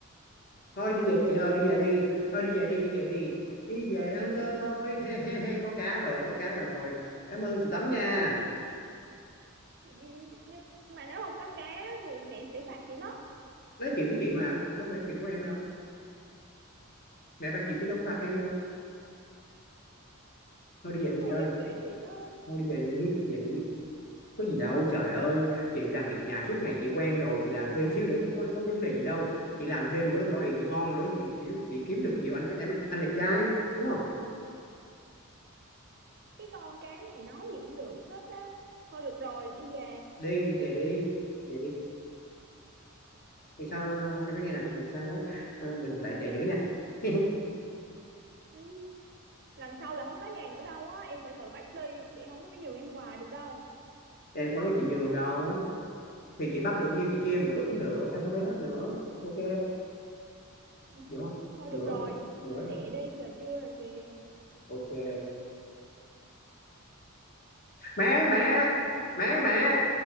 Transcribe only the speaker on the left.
thôi
đi về
đi chị ơi
đi về
đi thôi đi về đi đi về đi đi về ăn
cơm thôi he he he có cá rồi có cá rồi cảm ơn chị Tấm nha
đó là chuyện của chị mà đâu phải chuyện của em đâu mẹ và chị chứ đâu có phạt em đâu thôi đi
về đi chị ơi
thôi đi về đi về đi có gì đâu
trời ơi chị làm việc nhà suốt ngày chị quen rồi chị làm thêm xíu nữa cũng có có vấn đề gì đâu chị làm thêm nữa body chị ngon nữa chị chị, chị kiếm được nhiều anh trai- em anh đẹp trai đúng không
đi đi về đi về đi thì sao à, em nói nghe nè lần sau á, à, mình lại vậy nữa nha <laughs>
em có nói chị nhường đâu thì chị bắt được nhiêu chị chia em nữa cũng được em không lấy hết nữa ok
được không
nửa
thôi, nửa
thôi.
ok mẹ mẹ mẹ mẹ